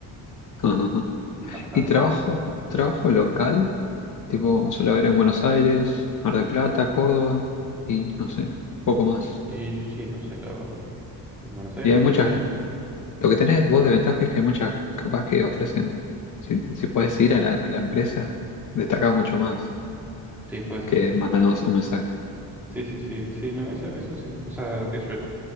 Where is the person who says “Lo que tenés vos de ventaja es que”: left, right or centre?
Left